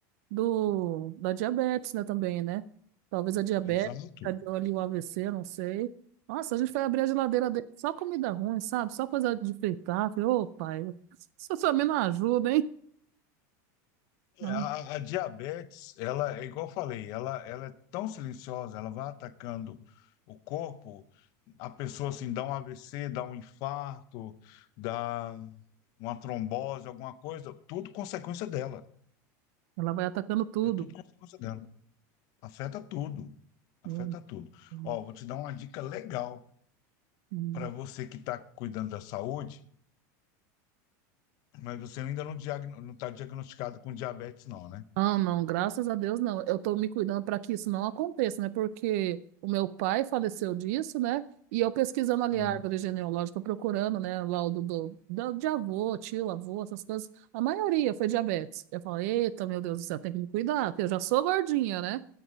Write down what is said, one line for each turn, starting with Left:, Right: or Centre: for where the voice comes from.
Right: do, da diabetes, né, também, né? Talvez a diabetes,
Left: Exato.
Right: deu ali o AVC, não sei. Nossa, a gente foi abrir a geladeira dele, só comida ruim, sabe? Só coisa de fritar. Falei, ô, pai, isso também não ajuda, hein?
Left: É,
Right: Ah,
Left: A, a diabetes, ela é igual eu falei, ela, ela é tão silenciosa, ela vai atacando o corpo, a pessoa assim dá um AVC, dá um infarto, dá uma trombose, alguma coisa, tudo consequência dela.
Right: ela vai atacando tudo.
Left: É tudo consequência dela. Afeta tudo. Afeta
Right: Hum,
Left: tudo.
Right: hum,
Left: Ó, vou te dar uma dica legal
Right: hum.
Left: para você que está cuidando da saúde, mas você ainda não está diagnosticado com diabetes, não, né?
Right: Ah, não, graças a Deus não. Eu tô me cuidando para que isso não aconteça, né? Porque o meu pai faleceu disso, né? E eu pesquisando ali
Left: Uhum.
Right: a árvore genealógica, procurando, né? Lá o do, do, do- de avô, tio, avô, essas coisas. A maioria foi diabetes. Eu falei, eita, meu Deus do céu, tem que me cuidar, porque eu já sou gordinha, né?